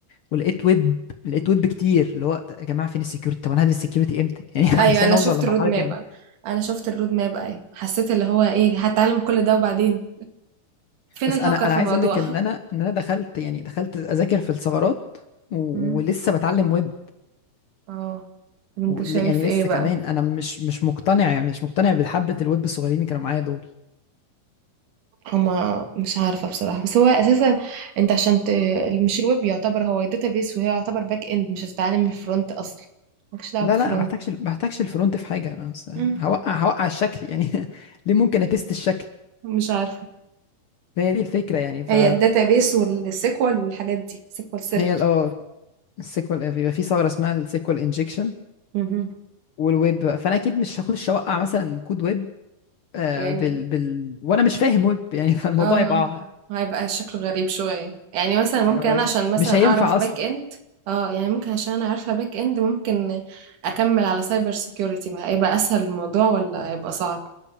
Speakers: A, on the left; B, on the right.
A: ولقيت ويب لقيت ويب كتير اللي هو يا جماعه فين السكيورتي طب انا هدرس السكيورتي امتى <laughs> يعني
B: ايوه
A: عشان
B: انا
A: اوصل
B: شفت
A: لمرحله
B: الرود ماب
A: ان
B: انا شفت الرود ماب ايوه حسيت اللي هو ايه هتعلم كل ده وبعدين فين
A: بس
B: الهاكر
A: انا انا
B: في
A: عايز
B: الموضوع
A: اقول لك
B: <laughs>
A: ان انا ان انا دخلت يعني دخلت اذاكر في الثغرات و-
B: مم.
A: ولسه بتعلم ويب
B: اه طب انت
A: و-
B: شايف
A: يعني
B: ايه
A: لسه
B: بقى
A: كمان انا مش مش مقتنع يعني مش مقتنع بحبه الويب الصغيرين اللي كانوا معايا دول
B: هما مش عارفة بصراحة بس هو أساسا أنت عشان ت... مش الويب يعتبر هو بيس وهي يعتبر باك إند مش هتتعلم من الفرونت أصلا مالكش دعوة
A: لا
B: بالفرونت
A: لا ما بحتاجش ما بحتاجش الفرونت في حاجه بس
B: مم.
A: هوقع هوقع الشكل يعني <laughs> ليه ممكن اتست الشكل
B: مش عارفة
A: فهي دي الفكره يعني ف
B: هي بيس والسيكوال والحاجات دي سيكوال سيرفر
A: هي ال- اه السيكوال بيبقى في ثغره اسمها السيكوال انجكشن
B: مهم.
A: والويب فانا اكيد مش هخش اوقع مثلا كود ويب آه،
B: يعني
A: بال بال وانا مش فاهم ويب يعني <laughs> فالموضوع
B: اه آه.
A: يبقى
B: هيبقى شكله غريب شوية يعني مثلا ممكن
A: هو
B: انا عشان مثلا
A: مش هينفع
B: اعرف
A: اصلا
B: باك اند اه يعني ممكن عشان انا عارفة باك اند ممكن اكمل على سايبر سيكيورتي بقى هيبقى اسهل الموضوع ولا هيبقى صعب